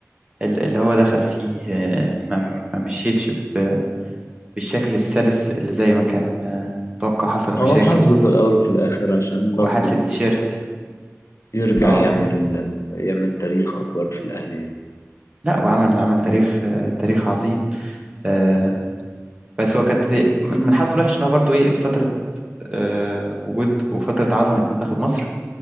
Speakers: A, on the right; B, on the left.
A: ال- اللي هو دخل فيه آه، ما ما مشيتش ب- بالشكل السلس اللي زي ما كان آه، متوقع حصل مشاكل
B: هو حظه في الأول وفي الآخر عشان
A: وحادثة
B: برضو
A: تيشيرت
B: يرجع
A: اه
B: يعمل يعمل تاريخ أكبر في الأهلي
A: لا وعمل عمل تاريخ آه، تاريخ عظيم آه، بس هو كانت من من حظه الوحش ان هو برضه ايه فترة آه، وجود وفترة عظمة منتخب مصر